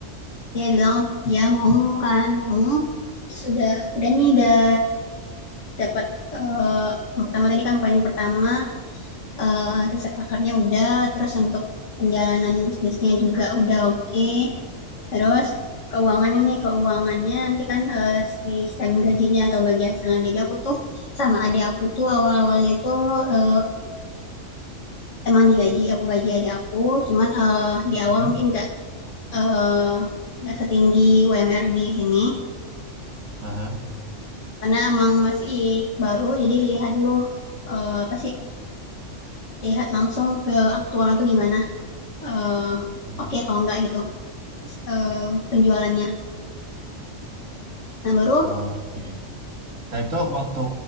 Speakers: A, on the left; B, on the right.
A: dia bilang oh dia mau kan mau terus udah udah nih udah dapat eh, yang pertama tadi kan poin pertama eh, riset pasarnya udah terus untuk penjalanan bisnisnya juga udah oke okay. terus keuangannya nih keuangannya nanti kan eh, sistem gajinya atau bagi hasilnya jadi aku tuh sama adik aku tuh awal-awalnya tuh eh, Emang digaji, aku gaji adik aku, cuman, eee, di awal
B: Mhm.
A: mungkin nggak, eee, nggak uh, setinggi UMR di sini,
B: Aha.
A: karena emang masih baru, jadi lihat dulu, eee, apa sih, lihat langsung ke aktualan tuh gimana, eee,
B: Hmm.
A: oke okay atau enggak gitu, terus, penjualannya. Nah baru
B: Oke. Nah itu waktu